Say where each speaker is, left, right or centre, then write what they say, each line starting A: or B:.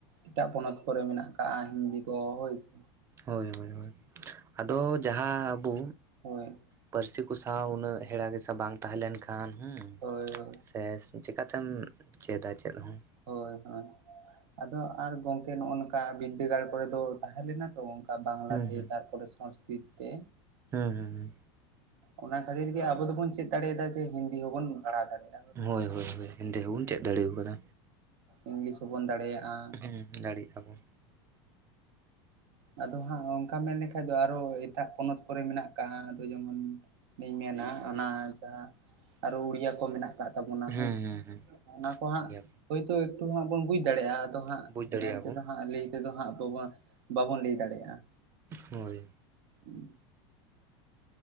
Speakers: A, on the right; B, on the right.
A: ᱮᱴᱟᱜ ᱯᱚᱱᱚᱛ ᱠᱚᱨᱮ ᱢᱮᱱᱟᱜ ᱠᱟᱜᱟ ᱦᱤᱱᱫᱤ ᱠᱚ ᱦᱳᱭ ᱥᱮ᱾
B: ᱦᱳᱭ ᱦᱳᱭ ᱦᱳᱭ ᱟᱫᱚ ᱡᱟᱦᱟᱸ ᱟᱵᱚ
A: ᱦᱳᱭ
B: ᱯᱟᱹᱨᱥᱤ ᱠᱚ ᱥᱟᱶ ᱩᱱᱟᱹᱜ ᱦᱮᱲᱟ ᱜᱮᱥᱟ ᱵᱟᱝ ᱛᱟᱦᱮᱸ ᱞᱮᱱᱠᱷᱟᱱ ᱦᱩᱸ
A: ᱦᱳᱭ ᱦᱳᱭ
B: ᱥᱮ ᱪᱮᱠᱟᱛᱮᱢ ᱪᱮᱫᱟ ᱪᱮᱫ ᱦᱚᱸ᱾
A: ᱦᱳᱭ ᱦᱳᱭ ᱟᱫᱚ ᱟᱨ ᱜᱚᱝᱠᱮ ᱱᱚᱜᱚ ᱱᱚᱝᱠᱟ ᱵᱤᱨᱫᱟᱹᱜᱟᱲ ᱠᱚᱨᱮ ᱫᱚ ᱛᱟᱦᱮᱸ ᱞᱮᱱᱟ ᱛᱚ ᱵᱟᱝᱞᱟ
B: ᱦᱩᱸ
A: ᱛᱮ
B: ᱦᱩᱸ
A: ᱛᱟᱨᱯᱚᱨᱮ ᱥᱚᱥᱠᱨᱤᱛ ᱛᱮ᱾
B: ᱦᱩᱸ ᱦᱩᱸ ᱦᱩᱸ᱾
A: ᱚᱱᱟ ᱠᱷᱟᱹᱛᱤᱨ ᱜᱮ ᱟᱵᱚ ᱫᱚᱵᱚᱱ ᱪᱮᱫ ᱫᱟᱲᱮᱭᱟᱫᱟ ᱡᱮ ᱦᱤᱱᱫᱤ ᱦᱚᱸᱵᱚᱱ ᱯᱟᱲᱦᱟᱣ ᱫᱟᱲᱮᱭᱟᱜ-ᱟ᱾
B: ᱦᱳᱭ ᱦᱳᱭ ᱦᱳᱭ ᱦᱤᱱᱫᱤ ᱦᱚᱸᱵᱚᱱ ᱪᱮᱫ ᱫᱟᱲᱮᱣ ᱠᱟᱫᱟ᱾
A: ᱤᱝᱜᱞᱤᱥ ᱦᱚᱸᱵᱚᱱ ᱫᱟᱲᱮᱭᱟᱜ-ᱟ᱾
B: ᱦᱩᱸ ᱫᱟᱲᱮᱭᱟᱜ-ᱟ ᱵᱚᱱ᱾
A: ᱟᱫᱚ ᱦᱟᱸᱜ ᱚᱝᱠᱟ ᱢᱮᱱ ᱞᱮᱠᱷᱟᱡ ᱫᱚ ᱟᱨᱦᱚᱸ ᱮᱴᱟᱜ ᱯᱚᱱᱚᱛ ᱠᱚᱨᱮ ᱢᱮᱱᱟᱜ ᱠᱟᱜᱟ ᱟᱫᱚ ᱡᱚᱢᱚᱱ ᱤᱧ ᱢᱮᱱᱟ ᱚᱱᱟ ᱡᱟᱦᱟᱸ ᱟᱨᱦᱚ ᱩᱲᱤᱭᱟ ᱠᱚ ᱢᱮᱱᱟᱜ ᱢᱮᱱᱟᱜ ᱠᱟᱜ ᱛᱚᱵᱚᱱᱟ
B: ᱦᱮᱸ
A: ᱦᱚᱭ ᱥᱮ
B: ᱦᱮᱸ ᱦᱮᱸ
A: ᱚᱱᱟᱠᱚ ᱦᱟᱜ
B: ᱩᱲᱤᱭᱟ
A: ᱦᱚᱭ ᱛᱚ ᱮᱠᱴᱩ ᱦᱟᱜ ᱵᱚᱱ ᱵᱩᱡ ᱫᱟᱲᱮᱭᱟᱜᱼᱟ ᱟᱫ ᱟᱫᱚ ᱦᱟᱸᱜ
B: ᱵᱩᱡᱽ ᱫᱟᱲᱮᱭᱟᱜᱼᱟ
A: ᱢᱮᱱ ᱛᱮᱫᱚ
B: ᱵᱚᱱ
A: ᱦᱟᱸᱜ ᱞᱟᱹᱭ ᱛᱮᱫᱚ ᱦᱟᱸᱜ ᱵᱟᱵᱚᱱ ᱞᱟᱹᱭ ᱫᱟᱲᱮᱭᱟᱜᱼᱟ᱾
B: ᱦᱳᱭ
A: <unintelligible>